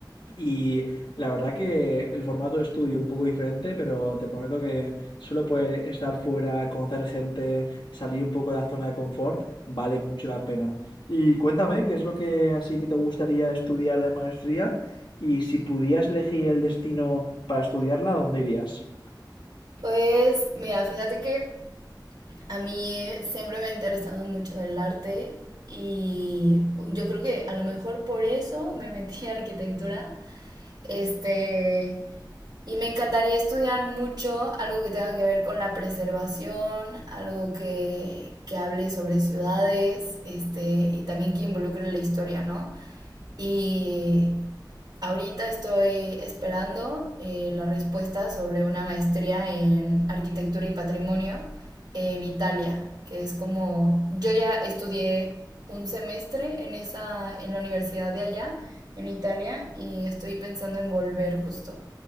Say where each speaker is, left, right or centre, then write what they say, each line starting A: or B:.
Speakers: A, on the left; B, on the right.
A: Y la verdad que el formato de estudio un poco diferente, pero te prometo que solo puede estar fuera, conocer gente, salir un poco de la zona de confort, vale mucho la pena. Y cuéntame, ¿qué es lo que así que te gustaría estudiar de maestría? Y si pudieras elegir el destino para estudiarla, ¿a ¿dónde irías?
B: Pues mira, fíjate que a mí siempre me ha interesado mucho el arte y yo creo que a lo mejor por eso me metí a arquitectura. Este, Y me encantaría estudiar mucho algo que tenga que ver con la preservación, algo que, que hable sobre ciudades, este, y también que involucre la historia, ¿no? Y ahorita estoy esperando eh, la respuesta sobre una maestría en arquitectura y patrimonio en Italia, que es como, yo ya estudié un semestre en esa, en la universidad de allá, en Italia, y estoy pensando en volver justo